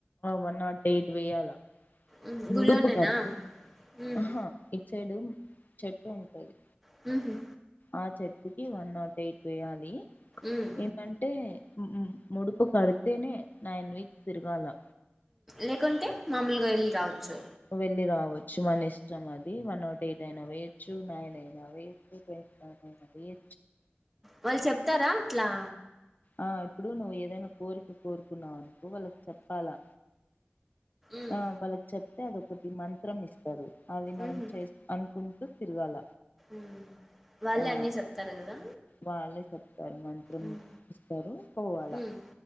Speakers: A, on the left (about 45°); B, in the centre.
A: వన్ నాట్ ఎయిట్ వే్యాల
B: ఉమ్
A: ముడుపు
B: గుళ్ళోనేనా
A: కడుతు
B: ఉమ్
A: ఆహా ఇట్ సైడు చెట్ ఉంటది
B: హ
A: ఆ చెర్పుకి వన్ నాట్ ఎయిట్ వేయాలి
B: ఉమ్
A: ఏమంటే ముడుపు కడుతేనే నాన్ వీక్ తిరుగాాల
B: లేకుంటే మామూలుగా వెళ్ళ రావచ్చు
A: వెళ్ళి రావచ్చు మన ఇష్టం అది వన్ నాట్ ఎయిట్ అయినా వేచ్చు నైన్ అయినా వేుె నైన్ అయినా వేు
B: వాళ్ళు చెప్తారా అట్లా
A: ఆ ఇప్పుడు నువ్వు ఏదైనా కోరిక కోరుకున్నావవునుకో వాళ్ళకి చెప్పాలా
B: ఉమ్
A: ఆ పలచ అతే అదొకటి మంత్రం ఇస్త అది మనం
B: ఉహు
A: చే అ కొంటూ తిరగాల
B: ఉమ్ వాళ్ళే
A: ఆ
B: అన్నీ చెప్తారు కదా
A: వాళ్ళే చెప్తారు మంత్రం
B: ఉమ్
A: ఇస్తారు పోవాలా
B: ఉమ్